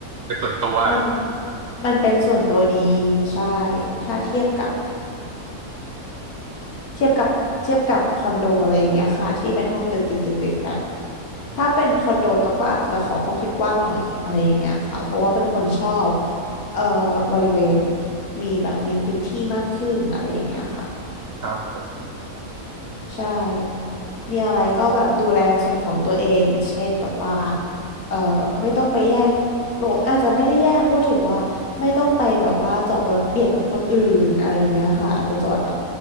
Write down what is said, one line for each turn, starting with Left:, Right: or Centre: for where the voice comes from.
Right: เป็นส่วนตัว
Left: มันมันเป็นส่วนตัวดีใช่ถ้าเทียบกับ เทียบกับเทียบกับคอนโดอะไรอย่างเงี้ยค่ะที่เป็นห้องติดติดติดติดกันถ้าเป็นคอนโดตองก็อาจจะขอห้องที่กว้างหน่อยอะไรอย่างเงี้ยค่ะเพราะว่าเป็นคนชอบเอ่อบริเวณมีแบบมีพื้นที่มากขึ้นอะไรอย่างเงี้ยค่ะ
Right: ครับผม
Left: ใช่ มีอะไรก็แบบดูแลส่วนของตัวเองอย่างเช่นแบบว่าเอ่อไม่ต้องไปแย่งโลบอาจจะไม่ได้แย่งพูดถึงว่าไม่ต้องไปแบบว่าจอดรถเบียดกับคนอื่นอะไรอย่างเงี้ยค่ะอาจจะจอดแบบ